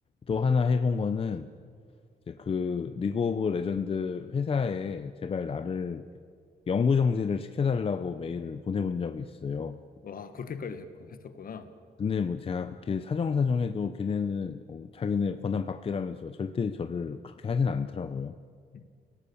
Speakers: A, on the left; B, on the left.
A: 또 하나 해본 거는, 이제 그 리그 오브 레전드 회사에 제발 나를 영구 정지를 시켜달라고 메일을 보내본 적이 있어요.
B: 와, 그렇게까지 했- 했었구나.
A: 근데 뭐 제가 그렇게 사정사정해도 걔네는 어, 자기네 권한 밖이라면서 절대 저를 그렇게 하진 않더라고요.
B: 음,